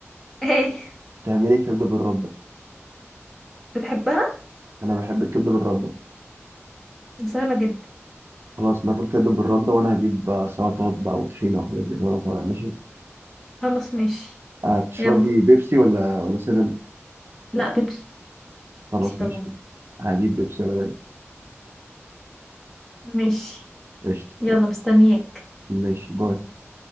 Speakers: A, in the centre; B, on the right.
A: <laughs> ايه
B: تعملي كبدة بالردة
A: بتحبها
B: انا بحب الكبدة بالردة
A: سهله جدا
B: خلاص ناكل كبدة بالردة وانا هجيب آه، سلطات بقى وطحينة وحاجات زي كده وأنا طالع ماشي
A: خلاص ماشي
B: هتشربي
A: يلا
B: بيبسي ولا ولا سيفن
A: لا بيبسي
B: خلاص
A: طبعا
B: ماشي هجيب بيبسي ولا
A: ماشي
B: قشطة
A: يلا مستنياك
B: ماشي باي